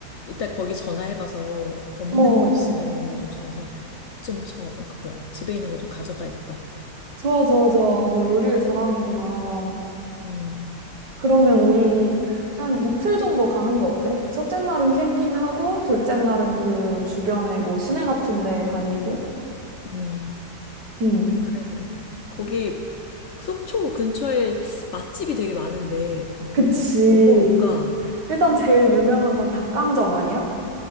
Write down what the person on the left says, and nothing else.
일단 거기 전화해봐서 없는
거 있으면은 내가 좀 전화 좀 저, 어, 그 뭐야 집에 있는 거 좀 가져가야겠다.
음,
음,
그래 그래. 거기 속초 근처에 맛집이 되게 많은데 뭐
먹, 뭐 먹을까?